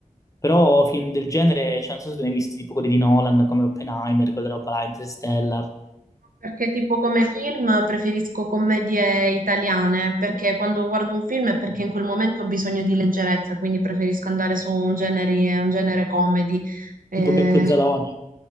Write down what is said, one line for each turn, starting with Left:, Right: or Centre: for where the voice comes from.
Left: Però film del genere, cioè, non so se te ne hai visti tipo quelli di Nolan come Oppenheimer, quella roba là, Interstellar,
Right: Perché tipo come film preferisco commedie italiane, perché quando guardo un film è perché in quel momento ho bisogno di leggerezza, quindi preferisco andare su un genere, un genere comedy. Eh,
Left: tipo Checco e Zalone.